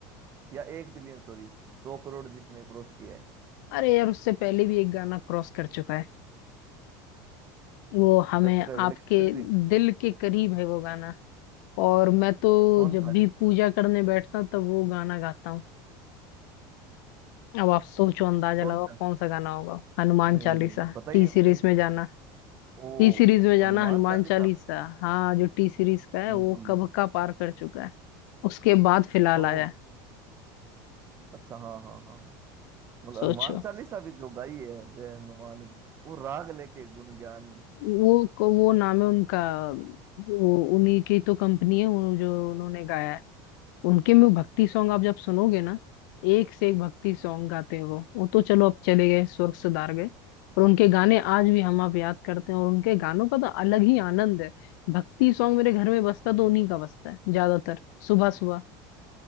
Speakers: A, on the right (about 25°); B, on the left (about 70°).
A: या एक बिलियन सॉरी सौ करोड़ जिसने क्रॉस किया है
B: अरे यार उससे पहले भी एक गाना क्रॉस कर चुका है वो हमें
A: तो कर चुका है
B: आपके
A: लेकिन फिर भी
B: दिल के करीब है वो गाना और मैं तो
A: कौन
B: जब
A: सा
B: भी
A: है
B: पूजा करने बैठता हूँ तब वो गाना गाता हूँ अब आप सोचो अंदाजा
A: कौन
B: लगाओ
A: सा
B: कौन सा गाना होगा हनुमान
A: नहीं
B: चालीसा
A: बताइए
B: टी सीरीज
A: बताइए
B: में जाना
A: ओ
B: टी सीरीज में जाना
A: हनुमान
B: हनुमान
A: चालीसा
B: चालीसा हाँ जो टी सीरीज का है
A: बिल्कुल
B: वो कब का पार कर चुका है उसके बाद फिलहाल
A: तो
B: आया है।
A: अच्छा हाँ हाँ हाँ मतलब
B: सोचो
A: हनुमान चालीसा भी जो गाई है जय हनुमान वो राग लेके गुण ज्ञान
B: वो वो नाम है उनका वो उन्हीं की तो कंपनी है वो जो उन्होंने गाया है उनके में वो भक्ति सॉन्ग आप जब सुनोगे ना एक से एक भक्ति सॉन्ग गाते हैं वो वो तो चलो अब चले गए स्वर्ग सुधार गए पर उनके गाने आज भी हम आप याद करते हैं और उनके गानों का तो अलग ही आनंद है भक्ति सॉन्ग मेरे घर में बजता तो उन्हीं का बजता है ज्यादातर सुबह सुबह